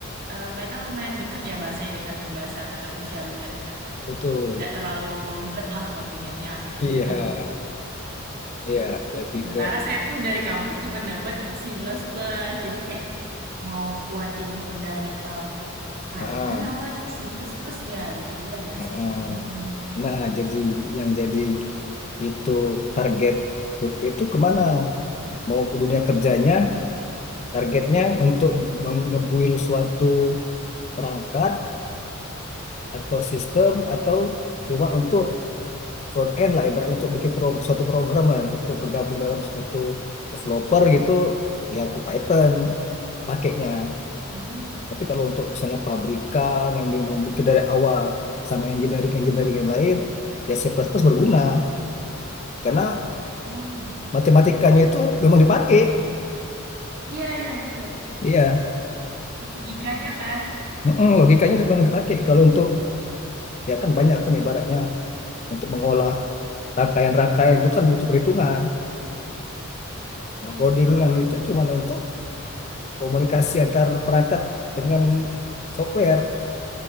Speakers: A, on the right; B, on the left.
A: eh, Python lumayan deket ya bahasanya dengan bahasa manusia lumayan nge-
B: betul.
A: nggak terlalu ribet lah codingannya katanya
B: Iya,
A: gitu
B: iya lebih
A: sementara
B: ke
A: saya tuh dari kampus cuma dapat C++ plus plus jadi kayak mau kuatin fundamental Python
B: ah,
A: apa C++ plus plus ya gitu jadi agak
B: ah,
A: sedikit
B: ah.
A: bingung
B: Nah, jadi yang jadi itu target Lutfi itu kemana? Mau ke dunia kerjanya, targetnya untuk mem- nge-build suatu perangkat atau sistem atau cuma untuk front end lah ibaratnya untuk bikin pro, suatu program lah untuk bergabung dalam suatu developer gitu ya ke Python pakainya
A: Hmm.
B: tapi kalau untuk misalnya pabrikan yang memang bikin dari awal sama engineering engineering yang lain ya C++ plus plus berguna karena
A: Oh gitu ya
B: matematikanya
A: Kak.
B: itu memang dipakai
A: Iya iya betul
B: iya
A: logikanya kan.
B: Mm-mm, logikanya itu memang dipakai kalau untuk ya kan banyak kan ibaratnya untuk mengolah rangkaian-rangkaian itu kan butuh perhitungan nah
A: Iya.
B: codingan itu cuma untuk komunikasi antar perangkat dengan software